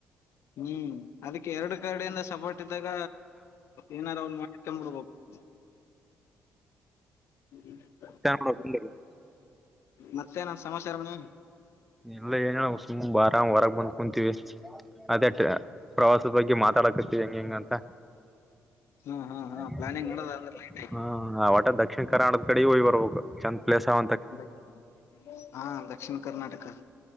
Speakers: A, on the left (about 70°); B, in the centre.
A: ಹ್ಮ್ ಅದಕ್ಕೆ ಎರಡ ಕಡೆಯಿಂದ ಸಪೊರ್ಟ್ ಇದ್ದಾಗ ಏನಾರು ಒಂದ ಮಾಡ್ಕೊಂಡ್ ಬಿಡ್ಬೆಕು. <inaudible> <unintelligible>
B: <unintelligible>
A: ಮತ್ತೆನ ಸಮಾಚಾರ <unintelligible>
B: ಇಲ್ಲ ಏನ ಸುಮ ಆರಾಮ್ ಹೊರಗೆ ಬಂದ್ ಕುಂತೀವಿ ಅದೇ ಪ್ರವಾಸ ಬಗ್ಗೆ ಮಾತಾಡಾಕತ್ತೆವಿ ಹೆಂಗೆಂಗ ಅಂತ
A: ಹ್ಮ್
B: <unintelligible>
A: ಹ್ಮ್ ಪ್ಲಾನಿಂಗ್ ನಡದ ಅಂದ್ರೆ ಆಗಿ.
B: ಹ್ಮ ಆ ಒಟ ಕರ್ನಾಟಕದ ಕಡೆಗೆ ಹೋಗಿ ಬರ್ಬೇಕು ಚಂದ್ ಪ್ಲೆಸ್ ಅವ
A: <unintelligible> ಹಾ ದಕ್ಷಿಣ್ ಕರ್ನಾಟಕ